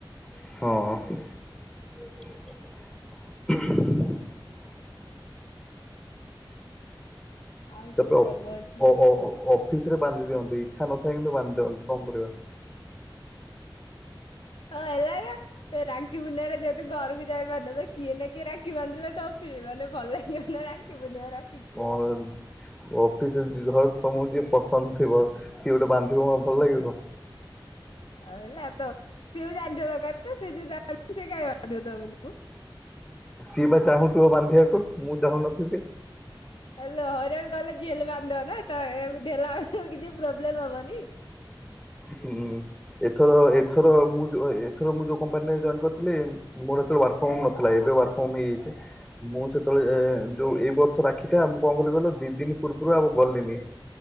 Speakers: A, in the centre; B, on the left.
A: ହଁ। <unintelligible>
B: ଆଉ
A: ତାପରେ
B: କୋଉ
A: ହଉ
B: ପର୍ବ ଅଛି?
A: ହଉ ହଉ ହଉ। ଅଫିସ ରେ ବାନ୍ଧି ଦିଅନ୍ତି ଇଚ୍ଛା ନଥାଏ କିନ୍ତୁ ବାନ୍ଧି ଦିଅନ୍ତି କଣ କରିବା।
B: ହଁ ହେଲା ନା ରାକ୍ଷୀ ପୂର୍ଣ୍ଣୀମାରେ ଯେହେତୁ ଘରକୁ ଯାଇ ପାରିନ ତ କିଏ ନା କିଏ ରାକ୍ଷୀ ବାନ୍ଧିଲେ ତ ଫିର ମାନେ ଭଲ ଲାଗିବ ନା ରାକ୍ଷୀ ପୂର୍ଣିମାର
A: କଣ ଇଏ ଅଫିସରେ ଯିଏ ଧର ତମକୁ ଯିଏ ପସନ୍ଦ ଥିବ କିଏ ଗୋଟେ ବାନ୍ଧିବ କଣ ଭଲ ଲାଗିବ।
B: ଆଉ ହେଲା ତ ସିଏ ବି ଜାଣିଥିବା ଦରକାର ନା ସିଏ ଯଦି ଜାଣିଥିବ ସିଏ କାଇଁ ବାନ୍ଧିବ ତମକୁ।
A: ସିଏ ବା ଚାହୁଁଥିବ ବାନ୍ଧିବାକୁ ମୁଁ ଚାହୁଁନଥିବି।
B: ହେଲୋ ହରିରାଣ କଲେ ଯିଏ ହେଲେ ବାନ୍ଧିଦବ ନା ତ ଏମିତି ହେଲେ କିଛି ପ୍ରୋବ୍ଲେମ ହବନି
A: ହୁଁ। ଏଥର ଏଥର ମୁଁ ଏଥର ମୁଁ ଯୋଉ କମ୍ପାନୀରେ ଜଏନ୍ କରିଥିଲି ମୋର ଏ ୱାର୍କ ଫୋମ୍ ନଥିଲା ଏବେ ହୋମ ହେଇଯାଇଛି ।ମୁଁ ସେତେବେଳେ ଯୋଉ ଏଇ ବର୍ଷ ରାକ୍ଷୀଟା ମୁଁ କଣ କଲି କହିଲ ମୁଁ ଦି ଦିନ ପୂର୍ବରୁ ଆଉ ଗଲିନି